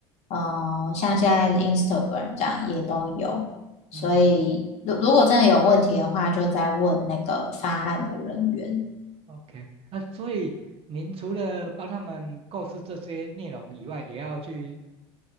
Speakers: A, on the left; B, on the right.
A: 呃，像现在 Instagram 这样也都有。
B: 嗯
A: 所以，如如果真的有问题的话，就再问那个发案的人员。
B: ，OK，那所以您除了帮他们构思这些内容以外，也要去